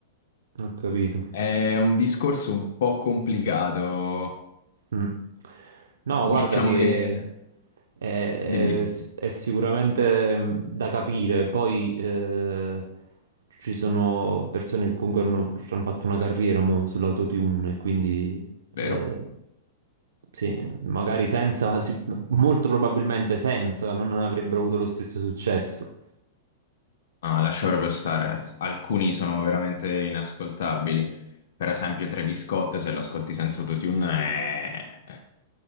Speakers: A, on the right; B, on the left.
A: ho capito.
B: È un discorso un po' complicato.
A: Mm. No,
B: Diciamo
A: guarda che
B: che...
A: è,
B: Dimmi, dimmi.
A: è- s- è sicuramente mm, da capire. Poi eh, ci sono persone che comunque hanno, ci hanno fatto una carriera mo, sull'autotune e quindi
B: Vero.
A: eh, sì, magari senza, sì, molto probabilmente senza, non avrebbero avuto lo stesso successo.
B: No, lascia proprio stare. Alcuni sono veramente inascoltabili. Per esempio, Travis Scott, se lo ascolti senza autotune, è...